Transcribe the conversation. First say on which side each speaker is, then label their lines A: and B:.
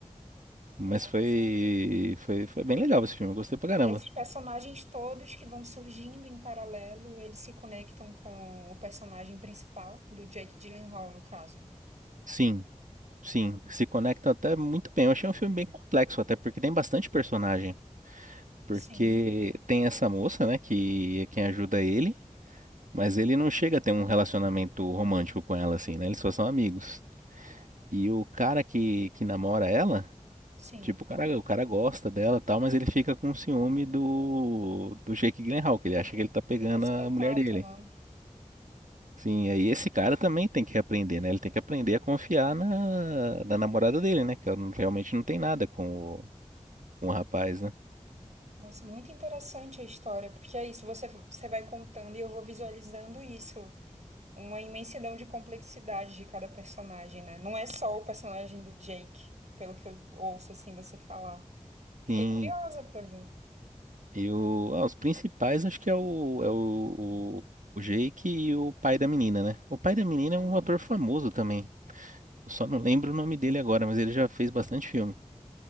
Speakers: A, on the right; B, on the right.
A: Mas
B: Nossa.
A: foi, foi, foi bem legal esse filme, eu gostei pra caramba.
B: E esses personagens todos que vão surgindo em paralelo, eles se conectam com o personagem principal, do Jake Gyllenhaal, no caso.
A: Sim, sim, se conecta até muito bem. Eu achei um filme bem complexo, até porque tem bastante personagem. Porque
B: Sim,
A: tem essa moça, né, que é quem ajuda ele. Mas ele não chega a ter um relacionamento romântico com ela, assim, né? Eles só são amigos. E o cara que, que namora ela,
B: sim.
A: tipo, o cara, o cara gosta dela e tal, mas ele fica com ciúme do, do Jake Gyllenhaal, que ele acha que ele tá pegando
B: Esse
A: a
B: contato,
A: mulher dele.
B: né?
A: Sim, aí esse cara também tem que aprender, né? Ele tem que aprender a confiar na, na namorada dele, né? Que ela não- realmente não tem nada com o, com o rapaz, né?
B: Nossa, muito interessante a história, porque é isso, você, você vai contando e eu vou visualizando isso. Uma imensidão de complexidade de cada personagem, né? Não é só o personagem do Jake, pelo que eu ouço, assim, você falar. Fiquei
A: Sim.
B: curiosa pra ver.
A: E o, ah, os principais acho que é o, é o, o, o Jake e o pai da menina, né? O pai da menina é um ator famoso também. Eu só não lembro o nome dele agora, mas ele já fez bastante filme.